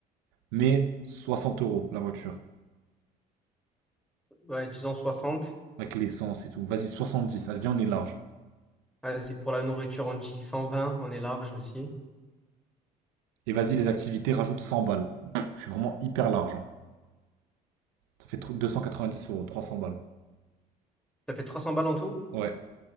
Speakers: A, on the right; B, in the centre.
A: mais 60 euros la voiture,
B: ouais, disons 60.
A: avec l'essence et tout. Vas-y, 70, allez, viens, on est large.
B: Vas-y, pour la nourriture, on dit 120, on est large aussi.
A: Et vas-y, les activités, rajoute 100 balles. Pff, je suis vraiment hyper large. hein. Ça fait tr- dix euros, 300 balles.
B: Ça fait 300 balles en tout?
A: Ouais,